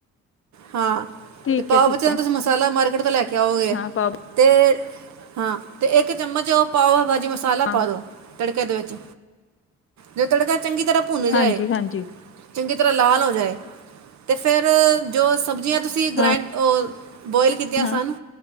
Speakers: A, on the right; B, on the left.
A: ਹਾਂ
B: ਠੀਕ
A: ਤੇ ਪਾਓ
B: ਹੈ ਠੀਕ
A: ਵਿਚਿਆਂ
B: ਹੈ
A: ਤੁਸੀਂ ਮਸਾਲਾ ਮਾਰ <unintelligible> ਲੇ ਕੇ, ਕਿਆ ਹੋਏ
B: ਹਾਂ ਪਾਓ
A: ਤੇ ਹਾਂ ਤੇ ਇਕ ਚੰਮਚ ਉਹ ਪਾਓ। ਭਾਜੀ ਮਸਾਲਾ
B: ਹਾਂ
A: ਪਾ ਦਿਉ ਤੜਕੇ ਦੇ ਵਿੱਚ ਜੋ ਤੜ ਚੰਗੀ ਤਰ੍ਹਾਂ ਭੁੰਨ ਜਾਏ
B: ਹਾਂਜੀ ਹਾਂਜੀ
A: ਚੰਗੀ ਤਰ੍ਹਾਂ ਲਾਲ ਹੋ ਜਾਏ। ਤੇ ਫੇਰ, ਜੋ ਸਬਜ਼ੀਆਂ ਤੁਸੀਂ ਗ੍ਰੈਂਡ
B: ਹਾਂ
A: ਬੋਇਲ ਕੀਤੀਆਂ
B: ਹਾਂ
A: ਸਨ,